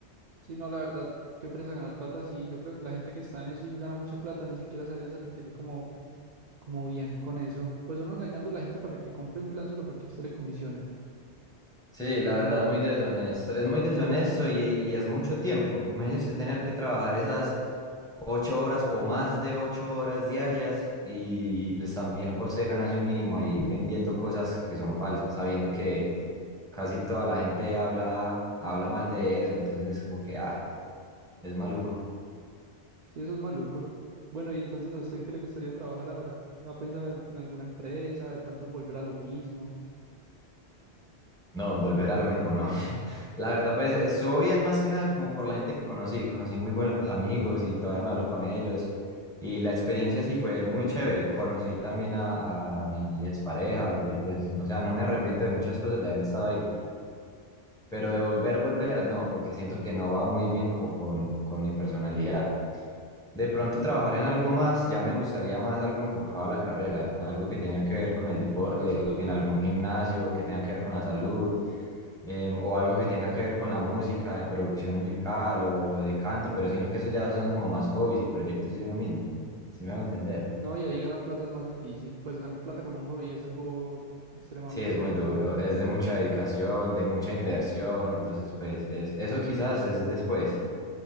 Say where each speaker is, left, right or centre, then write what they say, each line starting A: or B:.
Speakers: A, on the right; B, in the centre.
A: Sí, no, la verdad, qué presa ganar plata, sí. Yo creo que la gente que está en eso y gana mucha plata ni siquiera se deben sentir como Como bien con eso, pues uno engañando a la gente para que compre un plan solo para que a usted le comisionen.
B: Sí, la
A: Eso
B: verdad
A: no va.
B: es muy deshonesto. Es muy deshonesto y, y es mucho tiempo. Imagínese tener que trabajar esas ocho horas o más de ocho horas diarias y, pues también para usted ganarse un mínimo ahí vendiendo cosas que son falsas, sabiendo que casi toda la gente habla, habla mal de eso. Entonces es como que, ah, es maluco.
A: Sí, eso es maluco. Bueno, y entonces ¿a usted en qué le gustaría trabajar ahora? ¿Ha pensado en, en alguna empresa, de pronto en volver a lo mismo?
B: No, volver a lo mismo, no. <laughs> La verdad, pues estuvo bien más que nada como por la gente que conocí. Conocí muy buenos amigos y todavía me hablo con ellos. Y la experiencia sí fue muy chévere. Conocí también a, a mi expareja y pues, o sea, no me arrepiento de muchas cosas de haber estado ahí. Pero de volver, volver, no, porque siento que no va muy bien como con, con mi personalidad. De pronto trabajar en algo más, ya me gustaría más algo enfocado a la carrera, algo que tenga que ver con el deporte,
A: ¿Con la salud
B: en
A: o
B: algún
A: qué?
B: gimnasio, que tenga que ver con la salud, em, o algo que tenga que ver con la música, de producción musical o de canto, pero sino que eso ya son como más hobbies y proyectos de uno mismo. ¿Sí me va a entender?
A: No, y ahí ganar plata es más difícil. Pues ganar plata con un hobby es algo extremadamente
B: Sí, es
A: complicado.
B: muy duro, es de mucha dedicación, de mucha inversión, entonces pues es- eso quizás es después,